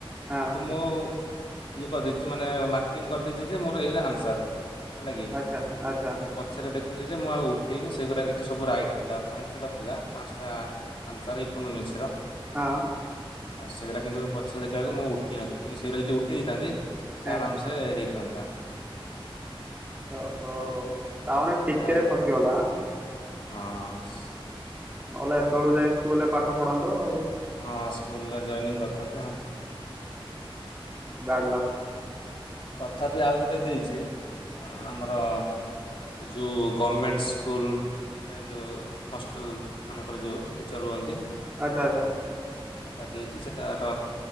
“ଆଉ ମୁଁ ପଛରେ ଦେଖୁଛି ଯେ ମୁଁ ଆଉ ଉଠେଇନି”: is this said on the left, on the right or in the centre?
Left